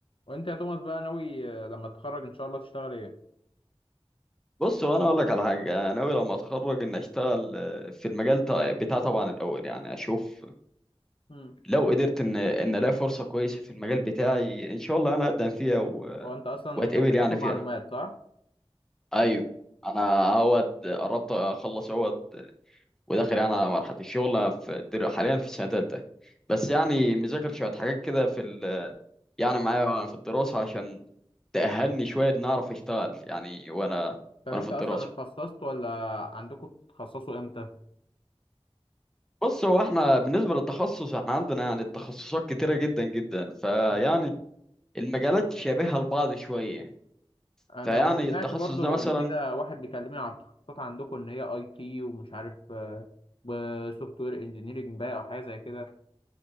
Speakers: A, on the left; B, in the centre.
A: وانت يا توماس بقى ناوي آه، لما تتخرج ان شاء الله تشتغل ايه
B: بص وانا اقول لك على حاجه انا ناوي لما اتخرج ان اشتغل آه، في المجال تا- بتاعي طبعا الاول يعني اشوف
A: مم.
B: لو قدرت ان ان الاقي فرصه كويسه في المجال بتاعي ان شاء الله انا اقدم فيها و-
A: هو انت اصلا
B: واتقبل
A: حاسبات
B: يعني
A: ومعلومات
B: فيها
A: صح
B: ايوه انا اهوت قربت اخلص اهوت وداخل
A: مم.
B: يعني على مرحله الشغل في در- حاليا في سنه ثالثه بس يعني
A: مم.
B: مذاكر شويه حاجات كده في ال... يعني معايا في الدراسه عشان تأهلني شويه ان اعرف اشتغل يعني وانا
A: طب
B: وانا
A: انت
B: في الدراسه
A: اصلا اتخصصت ولا عندكم بتتخصصوا امتى
B: بص هو احنا بالنسبة للتخصص احنا عندنا يعني التخصصات كتيرة جدا جدا فيعني
A: مم.
B: المجالات شبيهة لبعض شوية
A: انا
B: فيعني
A: سمعت
B: التخصص
A: برضو
B: ده مثلا
A: قبل كده واحد بيكلمني على التخصصات عندكم ان هي اي تي ومش عارف آه، وسوفت وير انجينيرنج بقى او حاجه زي كده